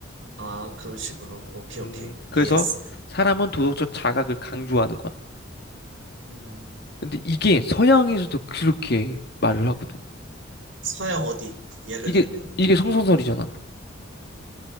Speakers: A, on the right; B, on the left.
A: 아, 그런 식으로. 오케이,
B: 음,
A: 오케이.
B: 그래서
A: 이해했어.
B: 사람은 도덕적 자각을 강조하는 거야.
A: 음,
B: 근데 이게 서양에서도 그렇게 말을 하거든.
A: 서양 어디? 예를
B: 이게
A: 들면은.
B: 이게 성선설이잖아.